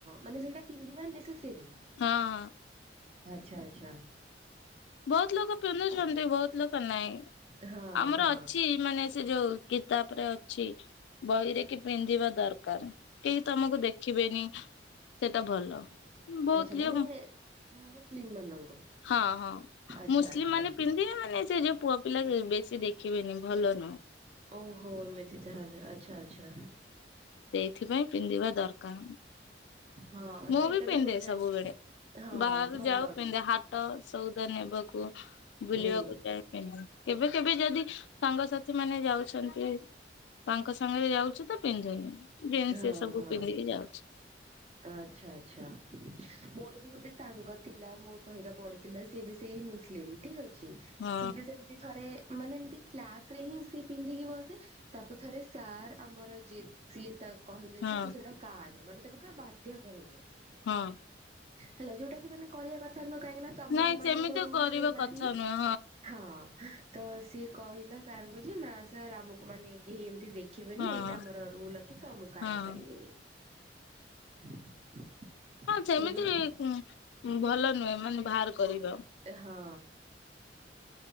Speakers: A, on the right; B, on the left.
A: ମାନେ ସେଇଟା ପିନ୍ଧିବା ନେସେସରି।
B: ହଁ ହଁ
A: ଆଚ୍ଛା ଆଚ୍ଛା।
B: ବହୁତ ଲୋକ ପିନ୍ଧୁଛନ୍ତି ବହୁତ ଲୋକ ନାଇ।
A: ହଁ
B: ଆମର
A: ହଁ
B: ଅଛି ମାନେ ସେ ଯୋଉ କିତାବରେ ଅଛି ବହିରେ କି ପିନ୍ଧିବା ଦରକାର କେହି ତମକୁ ଦେଖିବେନି। ସେଟା ଭଲ। ବହୁତ
A: ଆଛା
B: ଝିଅ
A: ମାନେ ମୁସଲିମ ମାନଙ୍କୁ
B: ହଁ ହଁ
A: ଆଚ୍ଛା
B: ମୁସଲିମ
A: ଆଚ୍ଛା।
B: ମାନେ ପିନ୍ଧିଲେ ମାନେ ସେ ଯୋଉ ପୁଅ ପିଲା ବେ ବେଶ କି ଦେଖିବେନି ଭଲ ନୁଁ।
A: ଓହୋ ଏମିତି ତାହଲେ ଆଚ୍ଛା ଆଚ୍ଛା।
B: ସେଇଥିପାଇଁ ପିନ୍ଧିବା ଦରକାର
A: ହଁ
B: ମୁଁ
A: ସେଇଟା
B: ବି ପିନ୍ଧେ
A: ଗୋଟେ
B: ସବୁବେଳେ।
A: ହଁ
B: ବାହାରୁ
A: ଭଲ
B: ଯାଉ
A: ବି
B: ପିନ୍ଧେ ହାଟ ସଉଦା ନେବା କୁ ବୁଲିବାକୁ
A: ହୁଁ
B: ଯାଏ ପିନ୍ଧେ କେବେ କେବେ ଯଦି ସାଙ୍ଗସାଥି ମାନେ ଯାଉଛନ୍ତି। ତାଙ୍କ ସାଙ୍ଗରେ ଯାଉଛୁ ତ ପିନ୍ଧୁନି ଜନ୍ସ
A: ହଁ
B: ଏ ସବୁ
A: ହଁ।
B: ପିନ୍ଧିକି ଯାଉଛି।
A: ଆଚ୍ଛା ଆଚ୍ଛା ମୋର ବି ଗୋଟେ ସାଙ୍ଗ ଥିଲା ମୋ ସହିତ ପଢୁଥିଲା ସିଏ ବି ସେଇ ମୁସ ଠିକ୍ ଅଛି।
B: ହଁ
A: ସିଏ ବି ସେମିତି ଥରେ ମାନେ ଏମିତି କ୍ଲାସ୍ ରେ ହିଁ ସିଏ ପିନ୍ଧିକି ବସେ। ତାକୁ ଥରେ ସାର୍ ଆମର ଯିଏ ସିଏ ତା କହିଲେ
B: ହଁ
A: ଯେ ତୁ ସେଇଟା କାଢେ। ମାନେ ତାକୁ ପୁରା ବାଧ୍ୟ କରିଲେ।
B: ହଁ।
A: ହେଲା ଯୋଉ ମାନେ କରିବା କଥା ନୁହଁ। କାହିଁକି ନା ତମ
B: ନାଇଁ
A: ମାନଙ୍କ
B: ସେମିତି
A: ରୁଲରେ
B: କରିବା
A: ନାହିଁ
B: କଥା ନୁହେଁ
A: ହଁ। ତ ସିଏ କହିଲା ସାର୍ ଙ୍କୁ ଯେ ନା ସାର୍ ଆମକୁ ମାନେ କେହି ଦେଖିବେନି
B: ହଁ
A: ଏଇଟା ମୋର ରୁଲ ଅଛି। ତ ମୁଁ କାଢି
B: ହଁ
A: ପାରିବିନି। <inaudible>
B: ହଁ ସେମିତି
A: ସେ ବି
B: ଭଲ ନୁହେଁ। ମାନେ ବାହାର କରିବା।
A: ହଁ